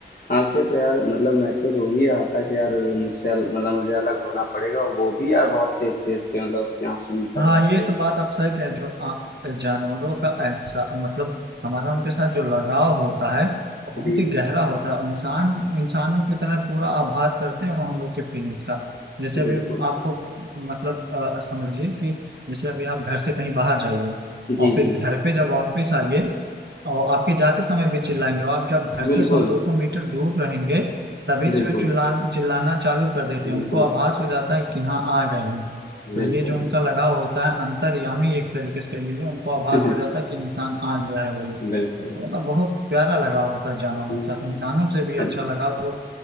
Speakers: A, on the left; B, on the right.
A: हाथ से तो यार मतलब मैं तो रो ही रहा था कि यार मुझसे अल- मतलब मुझे अलग होना पड़ेगा वो भी यार बहुत तेज तेज से मतलब उसके आंसू निकल
B: हाँ
A: रहे थे
B: ये तो बात आप सही कह रहे हैं। जो आ, जानवरों का ऐसा मतलब हमारा उनके साथ जो लगाव होता है वो बहुत
A: जी
B: ही
A: जी
B: गहरा होता है इंसान इंसानों की तरह पूरा आभास करते हैं वो हम लोग के फीलिंग्स का जैसे अभी
A: बिल्कुल
B: आपको मतलब आ, समझिए कि जैसे अभी आप घर से कहीं बाहर जाइए
A: जी
B: और फिर
A: जी
B: घर पे जब वापस आइए और आपके जाते समय भी चिल्लाएंगे और आप जब घर
A: बिल्कुल
B: से सौ दो सौ मीटर दूर रहेंगे तभी
A: बिल्कुल
B: से वो चिल्ला चिल्लाना चालू कर देते हैं
A: बिल्कुल
B: उनको आभास हो जाता है कि हाँ आ गए हैं
A: बिल्कुल,
B: तो ये जो उनका लगाव होता है अंतर्यामी एक तरीके से कह लीजिए उनको आभास
A: बिल्कुल।
B: हो जाता है कि इंसान आ गया है वही तो
A: <laughs> बिल्कुल।
B: मतलब बहुत प्यारा लगाव होता है जानवरों
A: हुँ,
B: के साथ इंसानों से भी अच्छा
A: अब
B: लगाव तो